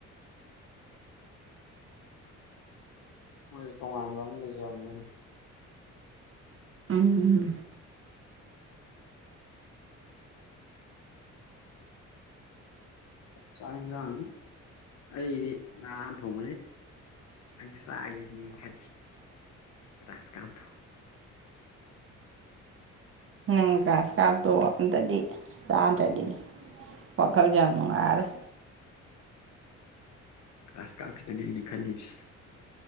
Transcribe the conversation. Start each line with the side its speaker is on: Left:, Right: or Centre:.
Left: ꯃꯣꯏꯁꯨꯦ ꯇꯣꯉꯥꯟꯕ ꯑꯃ ꯂꯩꯖꯕꯃꯦ ꯑꯗꯨꯝ
Right: ꯑꯝ
Left: ꯆꯥꯛ ꯌꯦꯟꯁꯥꯡ ꯑꯩꯗꯤ ꯉꯥ ꯊꯣꯡꯕꯅꯤ꯫ ꯍꯪꯁꯁꯅꯤ ꯈ ꯔꯥꯁꯒꯠꯇꯑꯣ꯫
Right: ꯅꯪ ꯒ꯭ꯔꯥꯁ ꯀꯥꯞꯇꯣ ꯑꯝꯇꯗꯤ ꯆꯥꯗ꯭ꯔꯗꯤꯅꯦ ꯋꯥꯈꯜꯁꯦ ꯌꯥꯝ ꯅꯨꯡꯉꯥꯏꯔꯣꯏ꯫
Left: ꯀ꯭ꯂꯥꯁ ꯀꯥꯐꯤ ꯇꯅꯤꯅꯤ ꯈꯜꯂꯤꯁꯤ꯫